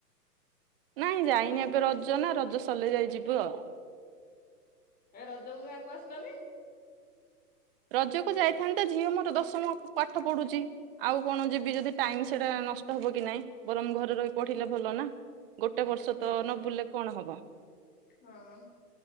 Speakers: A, on the right; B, on the left.
A: ନାଇଁ ଯାଇନି ଏବେ ରଜ ନା ରଜ ସରଲେ ଯାଇ ଯିବୁ ଆଉ।
B: ଏ ରଜକୁ ଗାଁ କୁ ଆସିଲନି?
A: ରଜକୁ ଯାଇଥାନ୍ତେ ଝିଅ ମୋର ଦଶମ ପାଠ ପଢୁଚି। ଆଉ କଣ ଯିବି ଯଦି ଟାଇମ୍ ସେଟା ନଷ୍ଟ ହବ କି ନାଇଁ ବରଂ ଘରେ ରହି ପଢିଲେ ଭଲ ନା। ଗୋଟେ ବର୍ଷ
B: ହଁ
A: ତ ନବୁଲଲେ କଣ ହବ।
B: ହଁ